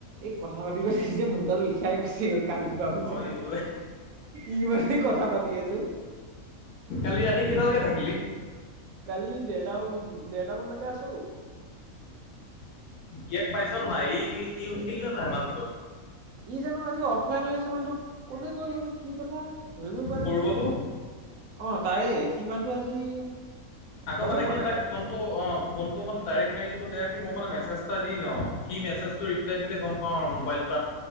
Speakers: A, on the right (about 70°); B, on the left (about 75°).
A: এই কথা পাতি পাতি যে মোক গাল বিষ বিষাই গৈছে গ, কালি পা
B: হয়
A: বুইছানে,
B: ঐ।
A: ই মানে কথা পাতি আছোঁ।
B: কালি ৰাতি কেইটালেইকে থাকি
A: কালি দেৰটা দেৰটামানলৈকে আছোঁ।
B: ইয়াক পাইছ নাই ই ই উঠিল নে নাই মানুহটো।
A: ই জানো আজি অফলাইন হৈ আছে। মই তোক কলে গ'ল জানো কি কথা। ধৰিবই পৰা নাই
B: সৰু
A: নহয়,
B: বাবু?
A: অ তাৰে সিমানটো আজি-
B: আকৌ
A: লগে
B: মানে
A: পোৱা
B: কি
A: নাই
B: তাক ফোনটো অ ফোনটো মানে ডাইৰেক্ট মাৰি বোলোঁ বেয়া কি মই মানে মেছেজ এটা দি লওঁ সি মেছেজটো ৰিপলাই দিলে গম পাওঁ আৰু মোবাইল ত